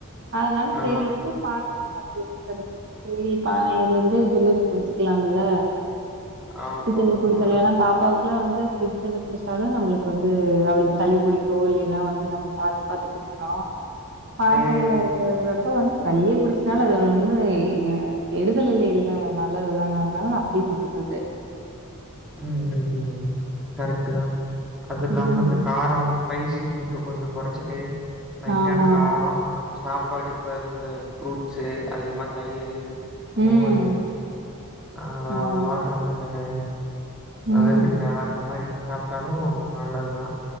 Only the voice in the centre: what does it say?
ஆ
ஆமா, ஆமா.
ம்.
ம் ம் ம் கரெக்ட் தா அது இல்லாம
இந்த காரோ ஸ்பைசி ஃபுட்டு் கொஞ்சோ கொறச்சிட்டு லைட்டான
காரோ
சாப்பாட்டுக்கு பதிலா இந்த ஃப்ரூட்ஸு அதிகமா தயிரு, மோரு
ஆ
வாட்டர் மெலனு
வெள்ரிக்கா அந்த மாரி சாப்ட்டாலு நல்லதுதா